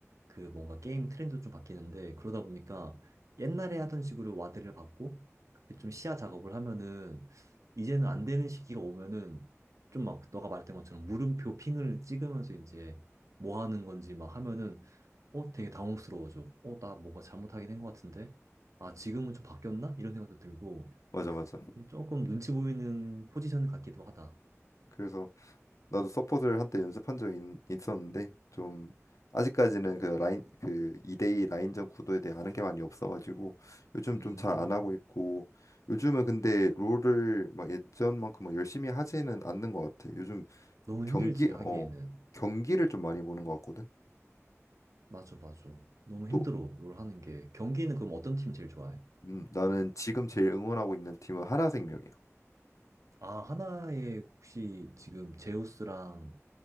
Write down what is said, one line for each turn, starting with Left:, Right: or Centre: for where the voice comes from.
Right: 그 뭔가 게임 트렌드도 좀 바뀌는데 그러다 보니까 옛날에 하던 식으로 와드를 받고 그좀 시야 작업을 하면은 이제는 안 되는 시기가 오면은 좀 막 너가 말했던 것처럼 물음표 핑을 찍으면서 이제 뭐 하는 건지 막 하면은 어 되게 당혹스러워져. 어 나 뭔가 잘못하긴 한 것 같은데. 아 지금은 좀 바뀌었나? 이런 생각도 들고
Left: 맞아 맞아
Right: 이게 조금 눈치 보이는 포지션 같기도 하다.
Left: 그래서 나도 서폿을 한때 연습한 적이 있, 었는데좀 아직까지는 그 라인 그 2대2 라인전 구도에 대해 아는 게 많이 없어가지고 요즘
Right: 음
Left: 좀 잘 안 하고 있고 요즘은 근데 롤을 막 예전만큼 막 열심히 하지는 않는 것 같아. 요즘
Right: 너무
Left: 경기
Right: 힘들지 하기에는.
Left: 어 경기를 좀 많이 보는 것 같거든.
Right: 맞아 맞아. 너무
Left: 또
Right: 힘들어 롤 하는 게. 경기는 그럼 어떤 팀 제일 좋아해?
Left: 음, 나는 지금 제일 응원하고 있는 팀은 하나생명이야.
Right: 아 하나에 혹시 지금 제우스랑